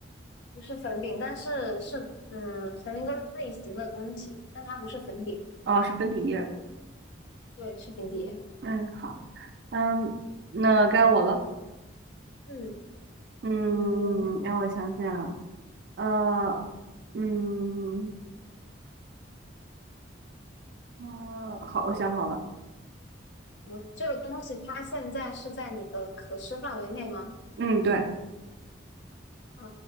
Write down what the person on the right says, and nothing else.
啊，是粉底液。
嗯，好，嗯，那该我了。
嗯，
让我想想啊，呃，嗯，呃，好，我想好了。
嗯，对，